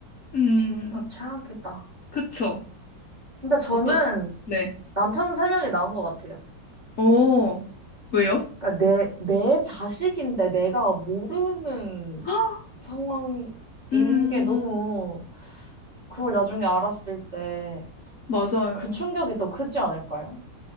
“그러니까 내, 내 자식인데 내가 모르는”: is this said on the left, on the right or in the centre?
Right